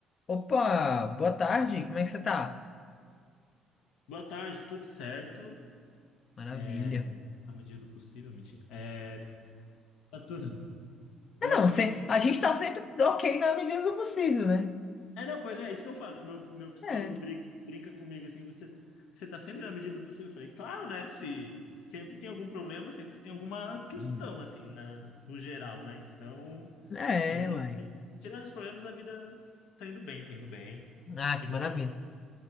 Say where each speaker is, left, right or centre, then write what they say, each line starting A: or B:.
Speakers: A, on the left; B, on the left.
A: Opa, boa tarde, como é que você tá?
B: Boa tarde, tudo certo?
A: Maravilha.
B: É, na medida do possível, mentira. É, tá tudo. Eu
A: É
B: acabei.
A: não, se- a gente tá sempre ok na medida do possível, né?
B: É, não, pois é, isso que eu falo. Meu, meu psicólogo
A: É.
B: brin- brinca comigo assim: você, você tá sempre na medida do possível? Eu falei, claro, né? Se sempre tem algum problema, sempre tem alguma questão,
A: Hum,
B: assim, na, no geral, né? Então,
A: É,
B: mas
A: uai.
B: tirando os problemas, a vida tá indo bem, tá indo bem.
A: Ah,
B: Que
A: que
B: bom
A: maravilha.
B: é